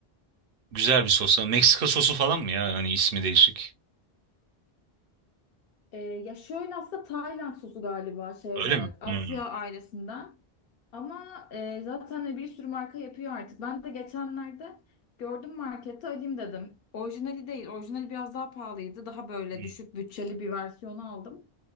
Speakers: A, on the right; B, on the left.
A: güzel bir sosa. Meksika sosu falan mı ya? Hani ismi değişik.
B: Ee, ya şöyle aslında Tayland sosu galiba şey
A: Öyle
B: olarak
A: mi?
B: Asya
A: Hmm.
B: ailesinden ama e, zaten bir sürü marka yapıyor artık. Ben de geçenlerde gördüm markette alayım dedim. Orijinali değil orijinali biraz daha pahalıydı daha böyle
A: Hmm.
B: düşük bütçeli bir versiyonu aldım.